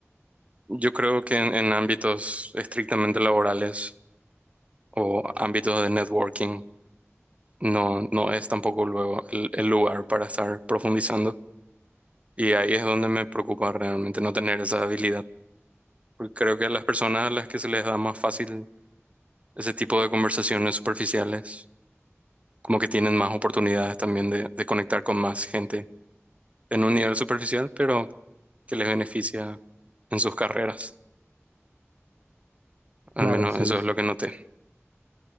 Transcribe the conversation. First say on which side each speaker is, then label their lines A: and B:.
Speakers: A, on the right (about 25°); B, on the right (about 65°).
A: yo creo que en, en ámbitos estrictamente laborales o ámbitos de networking no, no es tampoco luego el, el lugar para estar profundizando. Y ahí es donde me preocupa realmente no tener esa habilidad. Porque creo que a las personas a las que se les da más fácil ese tipo de conversaciones superficiales como que tienen más oportunidades también de, de conectar con más gente en un nivel superficial, pero que les beneficia en sus carreras. Al
B: Claro,
A: menos
B: sí,
A: eso
B: s-
A: es lo que noté.